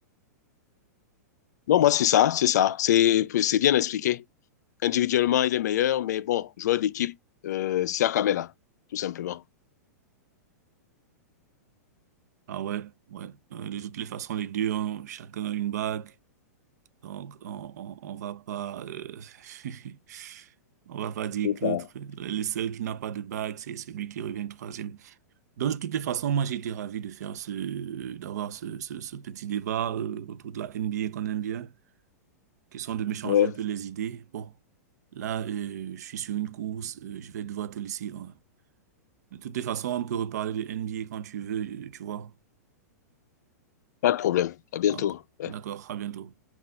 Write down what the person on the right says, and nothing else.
Ah ouais, ouais. Euh, de toutes les façons, les deux ont chacun une bague. Donc, on, on, on va pas, euh, <laughs> on va pas dire
que
l'autre, le seul qui n'a pas de bague, c'est celui qui revient troisième. Donc, de toutes les façons, moi, j'ai été ravi de faire ce, d'avoir ce, ce, ce petit débat, euh, autour de la NBA qu'on aime bien, question de m'échanger
un peu les idées. Bon. Là, euh, je suis sur une course, euh, je vais devoir te laisser. hein. De toutes les façons, on peut reparler de NBA quand tu veux, euh, tu vois.
Ah,
D'accord, à bientôt.